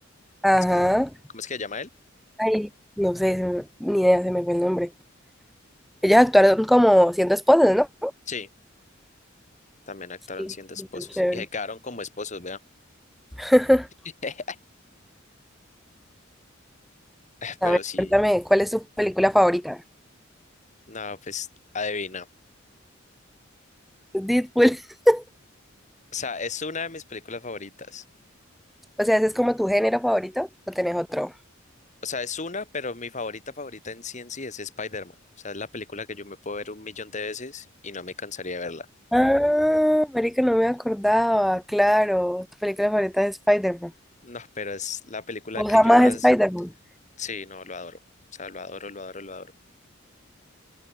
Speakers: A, in the centre; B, on the left.
A: ajá.
B: ¿Cómo es que, cómo es que se llama él?
A: Ay, no sé, se me- ni idea, se me fue el nombre. Ellas actuaron como siendo esposas, ¿no?
B: Sí, también actuaron
A: Sí,
B: siendo esposos.
A: súper chévere.
B: Y se quedaron como esposos, vea.
A: <laughs>
B: <laughs> Pero
A: A ver,
B: sí,
A: cuéntame, ¿cuál es tu película favorita?
B: no, pues adivina.
A: Deadpool. <laughs>
B: O sea, es una de mis películas favoritas.
A: O sea, ¿ese es como tu género favorito o tenés otro?
B: O sea, es una, pero mi favorita favorita en sí en sí es Spider-Man. O sea, es la película que yo me puedo ver un millón de veces y no me cansaría de verla.
A: Ah, marica, no me acordaba, claro. Tu película favorita es Spider-Man.
B: No, pero es la película
A: ¿Vos
B: que
A: jamás
B: yo más...
A: Spider-Man?
B: Sí, no, lo adoro. O sea, lo adoro, lo adoro, lo adoro.